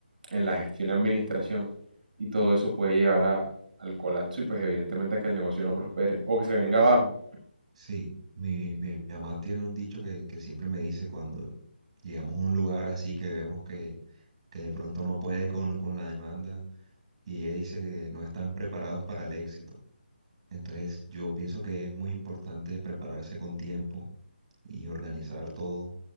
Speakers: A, on the right; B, on the right.
A: en la gestión y administración. y todo eso puede llegar a, al colapso y pues evidentemente a que el negocio no prospere o que se venga
B: Sí.
A: abajo.
B: Sí, mi, mi mamá tiene un dicho que, que siempre me dice cuando llegamos a un lugar así que vemos que, que de pronto no puede con, con la demanda y ella dice que no están preparados para el éxito. Entonces yo pienso que es muy importante prepararse con tiempo y organizar todo